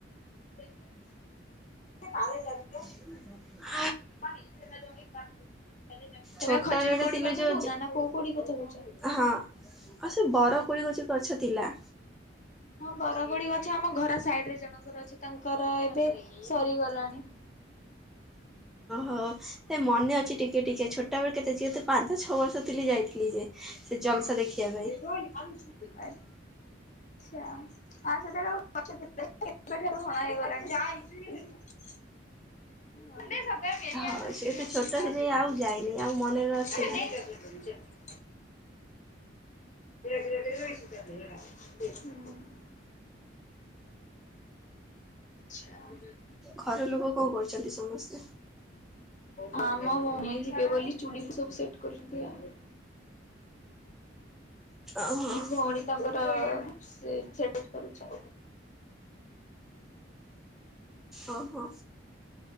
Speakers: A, on the left; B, in the centre.
A: ପା ଜଲି <unintelligible>
B: ହ <unintelligible>
A: ପା ଦ କା <unintelligible> ତମେ
B: ଛୋଟ
A: ଖଜୁର
B: ବେଳେ
A: କୋଡି
B: ଥିଲୁ
A: କଥା
B: ଯୋଉ
A: କହୁନା ନା କୋଉ କୋଡିି କଥା କହୁଛ?
B: ହଁ ଆଉ ସେ ବର କୋଳି ଗଛି ଗଛ ଥିଲା।
A: ହଁ ବରଗୁଡି ଗଛ ଆମ ଘର ସାଇଡ ରେ ଜଣଙ୍କର ଅଛି ତାଙ୍କର ଏବେ ସରିଗଲାଣି।
B: ହଁ ହେ ମନେ ଅଛି ଟିକେ ଟିକିଏ ଛୋଟବେଳ କେତେ ଯେତୁ ପାଞ୍ଚ ଛଅ ବର୍ଷ ଥିଲି ଯାଇଥିଲି ଯେ ସେ ଜଲସା ଦେଖିବା ପାଇଁ।
A: ସେ କା <unintelligible> ଭାଇ <unintelligible> ଆ ସେବେଠାରୁ <unintelligible> ହେଇଗଲାଣି ରି
B: ହଉ ସେତେ ଛୋଟ ଥିଲି ଆଉ
A: <unintelligible>
B: ଯାଇନି ଆଉ ମନରେ ଅଛି ନା।
A: ରଗ ରରେ ର <unintelligible> ଆଛା <unintelligible>
B: ଘର ଲୋକ କଣ କରୁଛନ୍ତି? ସମସ୍ତେ
A: ହଁ ମୋ ମମି ଯିବେ ବୋଲି ଚୁଡ଼ିକୁ ସବୁ ସେଟ୍ କରୁଥିଲି ଆଉ।
B: ଓହୋ।
A: ଭଉଣୀ ତାଙ୍କର ସେ ସେଠ କରୁଛ
B: ଓ ହୋ।